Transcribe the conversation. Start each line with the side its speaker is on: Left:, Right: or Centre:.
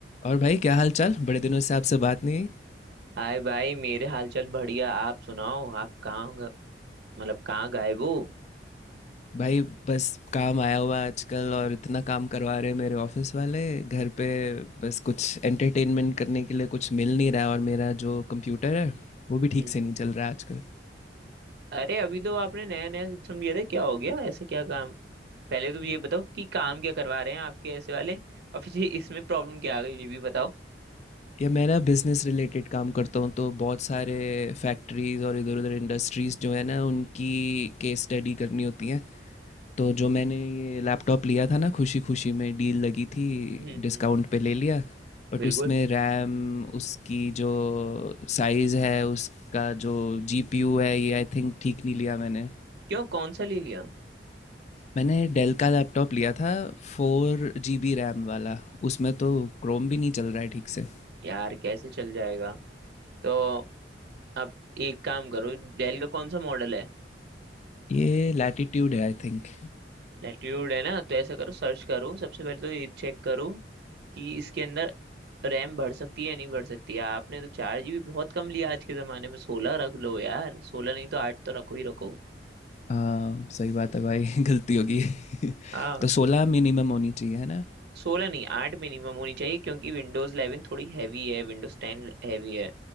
Left: और भाई क्या हाल चाल बड़े दिनों से आपसे बात नहीं हुई
Right: हाय भाई मेरे हालचाल बढ़िया आप सुनाओ आप कहाँ ग- मतलब कहाँ गायब हो
Left: भाई बस काम आया हुआ है आजकल और इतना काम करवा रहे हैं मेरे ऑफिस वाले घर पे बस कुछ एंटरटेनमेंट करने के लिए कुछ मिल नहीं रहा है और मेरा जो कंप्यूटर है वो भी ठीक
Right: हम्म,
Left: से नहीं चल रहा है आजकल
Right: अरे अभी तो आपने नया नया सिस्टम दिया था क्या हो गया ऐसे क्या काम पहले तो ये बताओ कि काम क्या करवा रहे हैं आपके ऐसे वाले और फिर ये इसमें प्रॉब्लम क्या आ गई ये भी बताओ
Left: या मैं ना बिज़नेस रिलेटेड काम करता हूँ तो बहुत सारे फैक्ट्रीज़ और इधर उधर इंडस्ट्रीज़ जो है ना उनकी केस स्टडी करनी होती हैं तो जो मैंने ये लैपटॉप लिया था ना खुशी खुशी में डील लगी थी
Right: हम्म
Left: डिस्काउंट
Right: हम्म
Left: पे ले लिया बट
Right: बिल्कुल
Left: उसमें रैम उसकी जो साइज़ है उसका जो जीपीयू है ये आई थिंक ठीक नहीं लिया मैंने
Right: क्यों कौन सा ले लिया
Left: मैंने डेल का लैपटॉप लिया था फोर जी बी रैम वाला उसमें तो क्रोम भी नहीं चल रहा है ठीक से
Right: यार कैसे चल जाएगा तो अब एक काम करो डेल का कौन सा मॉडल है
Left: ये लैटिट्यूड है आई थिंक
Right: लैट्यूड है ना तो ऐसा करो सर्च करो सबसे पहले तो ये चेक करो कि इसके अंदर रैम बढ़ सकती है या नहीं बढ़ सकती है आपने तो चार जीबी बहुत कम लिया आज के जमाने में सोलह रख लो यार सोलह नहीं तो आठ तो रखो ही रखो
Left: सही बात है भाई गलती होगी <laughs>
Right: हाँ
Left: तो सोलह मिनिमम होनी चाहिए है ना
Right: सोलह नहीं आठ मिनिमम होनी चाहिए क्योंकि विंडोज इलेवन थोड़ी हैवी है विंडोज टेन हैवी है